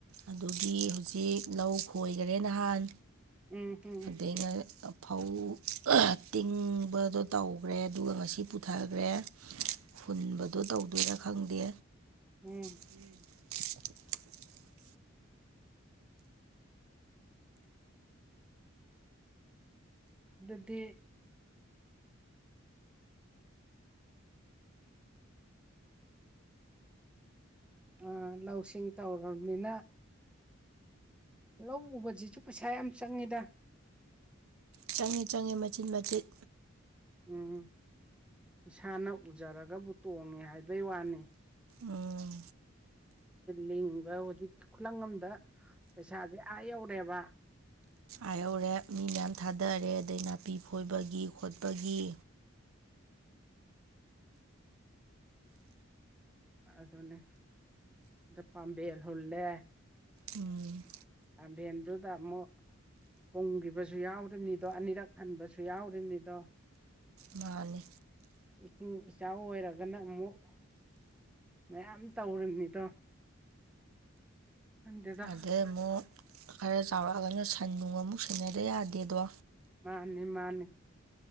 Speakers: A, on the right; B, in the centre.
A: ꯑꯗꯨꯒꯤ ꯍꯧꯖꯤꯛ ꯂꯧ ꯈꯣꯏꯈꯔꯦ ꯅꯍꯥꯟ
B: ꯎꯝ ꯎꯝ
A: ꯗꯒꯤꯩꯅ ꯐꯧ ꯇꯤꯡꯕꯗꯣ ꯇꯧꯈ꯭ꯔꯦ ꯑꯗꯨꯒ ꯉꯁꯤ ꯄꯨꯊꯈ꯭ꯔꯦ ꯍꯨꯟꯕꯗꯣ ꯇꯧꯗꯣꯏꯔꯥ ꯈꯪꯗꯦ
B: ꯎꯝ
A: ꯎꯝ <unintelligible>
B: ꯑꯗꯨꯗꯤ ꯑ ꯂꯧꯁꯤꯡ ꯇꯧꯔꯕꯅꯤꯅ ꯂꯧ ꯎꯕꯁꯤꯁꯨ ꯄꯩꯁꯥ ꯌꯥꯝ ꯆꯪꯉꯤꯗ
A: ꯆꯪꯉꯦ ꯆꯪꯉꯦ ꯃꯆꯤꯠ ꯃꯆꯤꯠ
B: ꯎꯝ ꯏꯁꯥꯅ ꯎꯖꯔꯒꯕꯨ ꯇꯣꯡꯉꯦ ꯍꯥꯏꯕꯩ ꯋꯥꯅꯤ
A: ꯎꯝ
B: ꯂꯤꯡꯕ ꯍꯧꯖꯤꯛꯀꯤ ꯈꯨꯂꯪ ꯑꯝꯗ ꯄꯩꯁꯥꯗꯤ ꯑꯥ ꯌꯧꯔꯦꯕ
A: ꯑ ꯑꯣꯔꯦ ꯎꯝ ꯊꯥꯗꯔꯦ ꯑꯗꯩ ꯅꯥꯄꯤ ꯐꯣꯏꯕꯒꯤ ꯈꯣꯠꯄꯒꯤ
B: ꯑꯗꯨꯨꯅꯦ ꯄꯥꯝꯕꯤ ꯍꯨꯜꯂꯦ
A: ꯎꯝ
B: ꯄꯥꯝꯕꯦꯟꯗꯨꯗꯥ ꯑꯃꯨꯛ ꯄꯨꯝꯒꯤꯕꯁꯨ ꯌꯥꯎꯔꯤꯝꯅꯤꯗꯣ ꯑꯅꯤꯔꯛ ꯍꯟꯕꯁꯨ ꯌꯥꯎꯔꯤꯝꯅꯤꯗꯣ
A: ꯃꯥꯅꯦ
B: ꯏꯁꯤꯡ ꯏꯆꯥꯎ ꯑꯣꯏꯔꯒꯅ ꯑꯃꯨꯛ ꯃꯌꯥꯝ ꯇꯧꯔꯤꯝꯅꯤꯗꯣ <unintelligible>
A: ꯑꯗꯩ ꯑꯃꯨꯛ ꯈꯔ ꯆꯥꯎꯔꯛꯑꯒꯅ ꯁꯟ ꯅꯨꯡ ꯑꯃꯨꯛ ꯁꯦꯟꯅꯗ ꯌꯥꯗꯦꯗꯣ
B: ꯃꯥꯅꯦ ꯃꯥꯅꯦ